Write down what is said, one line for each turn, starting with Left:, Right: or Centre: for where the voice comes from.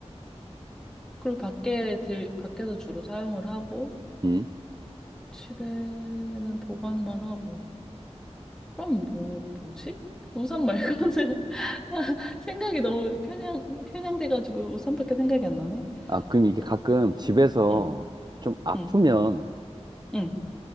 Centre: 그리고 밖에 들, 밖에서 주로 사용을 하고,
Right: 음.
Centre: 집에는 보관만 하고. 그럼 뭐, 뭐지? 우산 말고는 <laughs> 생각이 너무 편향, 편향돼가지고 우산밖에 생각이 안 나네.
Right: 아, 그럼 이게
Centre: 그러면,
Right: 가끔 집에서
Centre: 응, 응,
Right: 좀 아프면,
Centre: 응. 응.